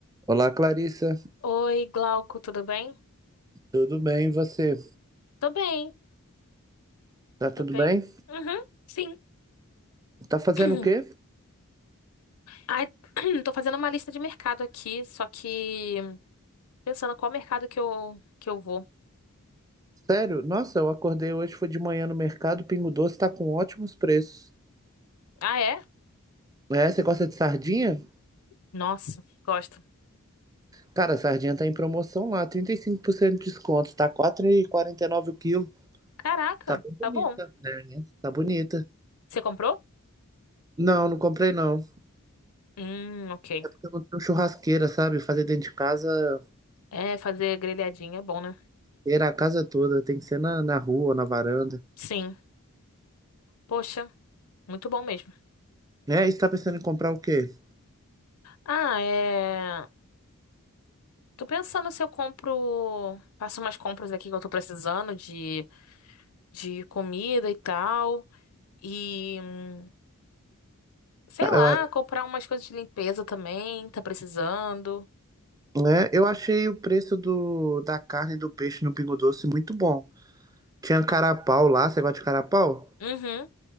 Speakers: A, on the right (about 15°); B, on the left (about 75°).
A: Olá, Clarissa.
B: Oi, Glauco, tudo bem?
A: Tudo bem? E você?
B: Tô bem,
A: Tá tudo
B: tô bem.
A: bem?
B: Uhum, sim.
A: Tá fazendo
B: <clears throat>
A: o quê?
B: Ai, <clears throat> tô fazendo uma lista de mercado aqui, só que pensando qual mercado que eu, que eu vou.
A: Sério? Nossa, eu acordei hoje, foi de manhã no mercado, o Pingo Doce tá com ótimos preços.
B: Ah, é?
A: É, você gosta de sardinha?
B: Nossa, gosto.
A: Cara, a sardinha tá em promoção lá, 35% de desconto, tá quatro e quarenta e nove o quilo.
B: Caraca,
A: Tá bem bonita,
B: tá bom.
A: né? Tá bonita.
B: Você comprou?
A: Não, não comprei não.
B: Hum, ok.
A: Eu não tenho churrasqueira, sabe? Fazer dentro de casa,
B: É, fazer grelhadinha é bom, né?
A: era a casa toda, tem que ser na, na rua, na varanda.
B: Sim. Poxa, muito bom mesmo.
A: É, e você tá pensando em comprar o quê?
B: Ah, é. Tô pensando se eu compro. Faço umas compras aqui que eu tô precisando de, de comida e tal. E. hum, Sei
A: Cara,
B: lá, comprar umas coisas de limpeza também, tá precisando.
A: Né? Eu achei o preço do, da carne e do peixe no Pingo Doce muito bom. Tinha carapau lá, você gosta de carapau?
B: Uhum,